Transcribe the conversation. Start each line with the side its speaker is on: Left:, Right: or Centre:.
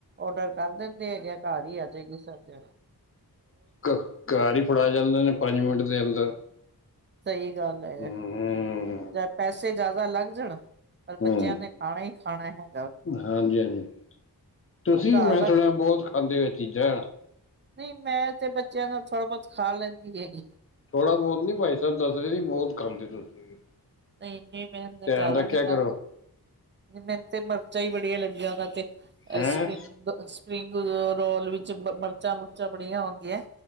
Right: ਔਡਰ ਕਰ ਦਿੰਦੇ ਹੈਗੇ ਘਰ ਹੀ ਆ ਜਾਏਗੀ ਸਰਜ।
Left: ਘ ਘਰ ਹੀ ਫੜਾ ਜਾਂਦੇ ਨੇ ਪੰਜ ਮਿੰਟ ਦੇ ਅੰਦਰ
Right: ਸਹੀ ਗੱਲ ਹੈ ਯ
Left: ਹੂੰ
Right: ਚ ਪੈਸੇ ਜ਼ਿਆਦਾ ਲੱਗ ਜਾਣ। ਪਰ
Left: ਹੂੰ
Right: ਬੱਚਿਆਂ ਨੇ ਖਾਣਾ ਹੀ ਖਾਣਾ ਹੈ
Left: ਹਾਂਜੀ, ਹਾਂਜੀ ਤੁਸੀਂ
Right: ਪਰ ਘਰ
Left: ਮੈਂ
Right: ਦਾ
Left: ਸੁਣਿਆ ਬਹੁਤ ਖਾਂਦੇ ਹੋ ਚੀਜ਼ਾਂ।
Right: ਨਹੀਂ, ਮੈਂ ਤੇ ਬੱਚਿਆਂ ਨੂੰ ਥੋੜ੍ਹਾ ਬਹੁਤ ਖਾ ਲੈਂਦੀ ਹੈਗੀ।
Left: ਥੋੜਾ ਬਹੁਤ ਨੀ, ਭਾਈ ਸਾਹਿਬ ਦੱਸ ਰਹੇ ਸੀ। ਬਹੁਤ ਖਾਂਦੇ ਤੁਸੀਂ
Right: ਨੀ ਮੈਂਨਾ
Left: ਧਿਆਨ
Right: ਜ਼ਿਆਦਾ
Left: ਰੱਖਿਆ
Right: ਨੀ
Left: ਕਰੋ
Right: ਖਾਂਦੀ। ਮੈਨੂੰ ਤੇ ਮਿਰਚਾਂ ਹੀ ਬੜੀਆ ਲੱਗੀਆਂ। ਦਾ ਤੇ
Left: ਹੈਂ
Right: ਸਪਗ ਸਪਰਿੰਗ ਰੋਲ ਵਿੱਚ ਮਿਰਚਾਂ ਮੁੁਰਚਾਂ ਬੜੀਆਂ ਹੁੰਦੀਆ ਏ।